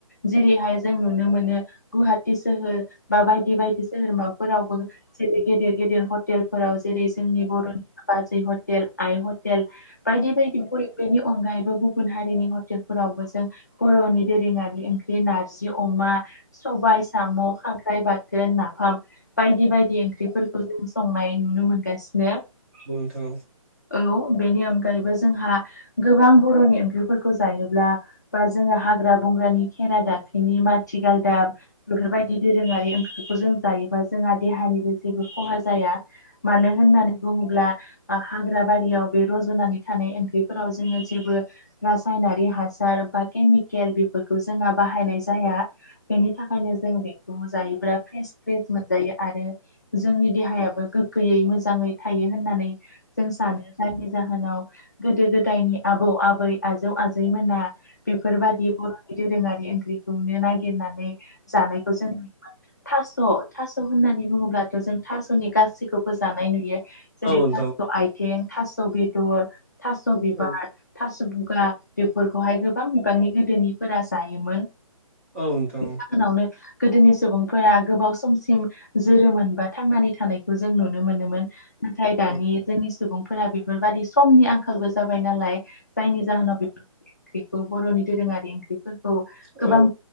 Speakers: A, on the left; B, on the right.
A: जेरैहाय जों नुनो मोनो गुवाहाटि सोहोर बा बायदि बायदि सोहोरोमाफोरावबो जेरै गेदेर गेदेर हटे हटेलफोराव जेरै जोंनि बर'नि बाजै हटेल आइ हटेल बायदि बायदि बेनि अनगायैबो गुबुन हारिनि हटेलफोरावबो जों बर'नि दोरोङारि ओंख्रि नारजि अमा सबाइ साम' खांख्राइ बाथोन नाफाम बायदि बायदि ओंख्रिफोरखौ जों संनाय नुनो मोनगासिनो
B: औ नोथां औ
A: औ बेनि अनगायैबो जोंहा गोबां बर'नि ओंख्रिफोरखौ जायोब्ला बा जोङो हाग्रा बंग्रानि खेरा दाफिनि माथिगालदाब बेफोर बायदि दोरोङारि ओंख्रिखौ जों जायोबा जोंहा देहानिबो जेबो खहा जाया मानो होननानै बुङोब्ला ओ हाग्रा बारियाव बे रज'नानै थानाय ओंख्रि फोराव जोङो जेबो रासायनारि हासार बा केमिकेल बेफोरखौ जोंहा बाहायनाय जाया बेनि थाखायनो जों बेखौ जायोब्ला फ्रेस फ्रेस मोनजायो आरो जोंनि देहायाबो गोग्गोयै मोजाङै थायो होननानै जों सानो जायनि जाहोनाव गोदो गोदायनि आबौ आबै आजौ आजैमोना बेफोरबादि बर'नि दोरोङारि ओंख्रिखौनो नागिरनानै जानायखौ जों थास' थास' होननानै बुङोब्लाथ' जों थास'नि गासैखौबो जानाय नुयो जेरै
B: औ नोंथां
A: थास' आइथें थास' बेदर थास' बिबार
B: औ
A: थास' बुगा बेफोरखौहाय गोबां मुगानि गोदोनिफोरा जायोमोन
B: औ नोंथां
A: जाहोनावनो गोदोनि सुबुंफोरा गोबाव समसिम जोरोमोन बा थांनानै थानायखौ जों नुनो मोनोमोन नाथाय दानि
B: औ
A: जोंनि सुबुंफोरा बेफोरबादि समनि आंखालबो जाबाय नालाय जायनि जाहोनाव बेफोर ओंख्रिखौ बर'नि दोरोङारि ओंख्रिफोरखौ
B: औ
A: गोबां